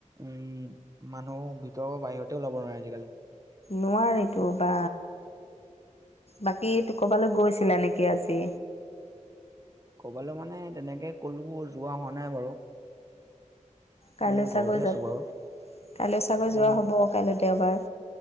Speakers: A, on the right; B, on the left.
A: উম মানুহ ভিতৰৰ পৰা বাহিৰতে ওলাব নোৱাৰে আজিকালি।
B: নোৱাৰিতো বা বাকী কবালৈ গৈছিলা নেকি আজি?
A: কবালেলৈ মানে তেনেকে ক'লো কো যোৱা হোৱা নাই বাৰু।
B: কাইলৈ
A: এ
B: চাগৈ
A: ঘৰতে
B: যাব,
A: আছো বাৰু
B: কাইলৈ চাগৈ
A: অ
B: যোৱা হ'ব কাইলৈ দেওবাৰ।